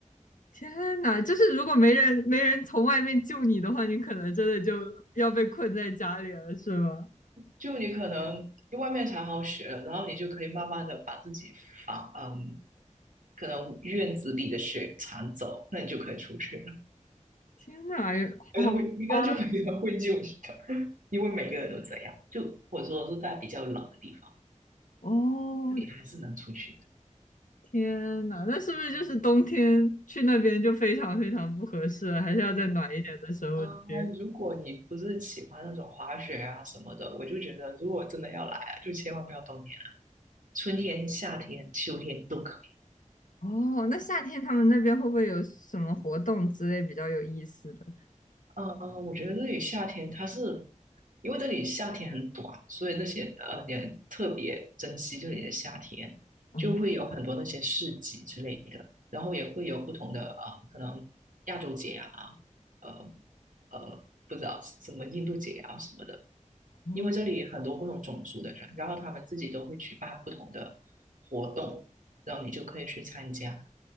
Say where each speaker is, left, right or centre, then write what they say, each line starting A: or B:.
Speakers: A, on the left; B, on the right.
A: 天呐，就是如果没人没人从外面救你的话，你可能真的就要被困在家里了，是吧？
B: 就你可能因为外面铲好雪了，然后你就可以慢慢的把自己房嗯，可能院子里的雪铲走，那你就可以出去了。
A: 天呐，
B: 哎，
A: 好夸
B: 会应该就没人会救你的，因为每个人都这样。就或者说的是在比较冷的地方，
A: 哦，
B: 你还是能出去。的。
A: 天呐，那是不是就是冬天去那边就非常非常不合适了？还是要在暖一点的时候去？
B: 啊，如果你不是喜欢那种滑雪啊什么的，我就觉得如果真的要来啊就千万不要冬天啊，春天、夏天、秋天都可以。
A: 哦，那夏天他们那边会不会有什么活动之类比较有意思的？
B: 嗯嗯，我觉得这里夏天它是，因为这里夏天很短，所以那些呃人特别珍惜这里的夏天，
A: 哦
B: 就会有很多那些市集之类的，然后也会有不同的啊，可能亚洲节啊，呃呃，不知道什么印度节啊什么的，
A: 哦
B: 因为这里很多不同种族的人，然后他们自己都会举办不同的活动，然后你就可以去参加。